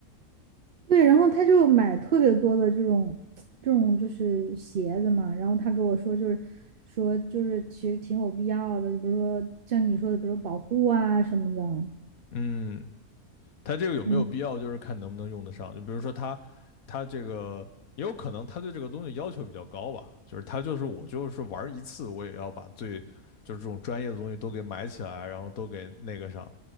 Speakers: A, on the right (about 50°); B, on the left (about 70°).
A: 对，然后他就买特别多的这种这种就是鞋子嘛，然后他跟我说就是说就是其实挺有必要的，比如说像你说的，比如保护啊什么的。
B: 嗯，他这个有没有必要，
A: 嗯，
B: 就是看能不能用得上。就比如说他，他这个也有可能他对这个东西要求比较高吧，就是他就是我就是玩一次，我也要把最就是这种专业的东西都给买起来，然后都给那个上。